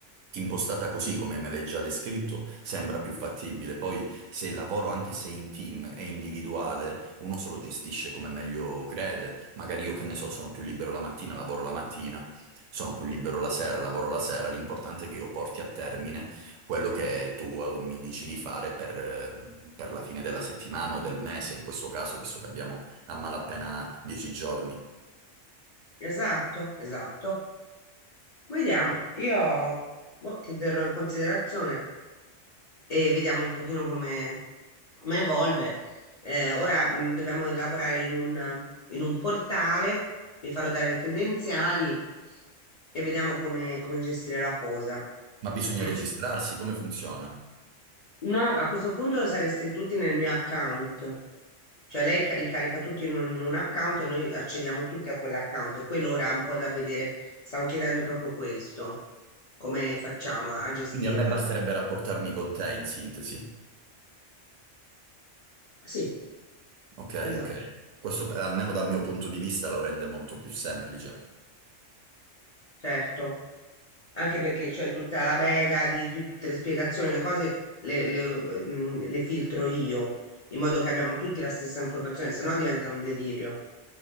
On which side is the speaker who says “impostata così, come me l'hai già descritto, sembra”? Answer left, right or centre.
Right